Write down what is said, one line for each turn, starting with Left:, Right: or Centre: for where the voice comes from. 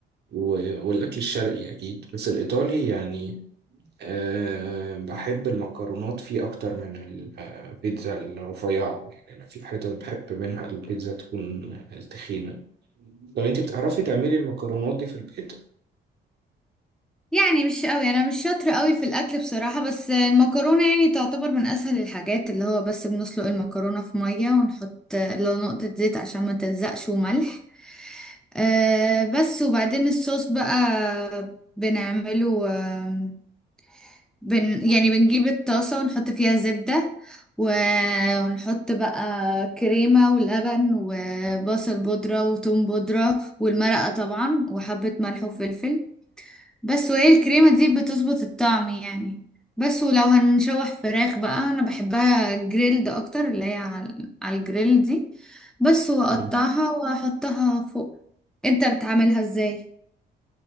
Right: و- والأكل الشرقي أكيد بس الإيطالي يعني أه بحب المكرونات فيه أكتر من البيتزا الرفيعة يعني أنا في حتت بحب منها البيتزا تكون التخينة طب أنت بتعرفي تعملي المكرونات دي في البيت؟
Centre: يعني مش قوي انا مش شاطره قوي في الاكل بصراحه بس المكرونه يعني تعتبر من اسهل الحاجات اللي هو بس بنسلق المكرونه في ميه ونحط لو نقطه زيت عشان ما تلزقش وملح أه بس وبعدين الصوص بقى بنعمله آم، بن يعني بنجيب الطاسه ونحط فيها زبده و- ونحط بقى كريمه ولبن وبصل بودره وتوم بودره والمرقه طبعا وحبه ملح وفلفل بس وهي الكريمة دي بتظبط الطعم يعني بس ولو هنشوح فراخ بقى انا بحبها جريلد اكتر اللي هي على على الجريل دي بس واقطعها
Right: مم.
Centre: واحطها فوق انت بتعملها ازاي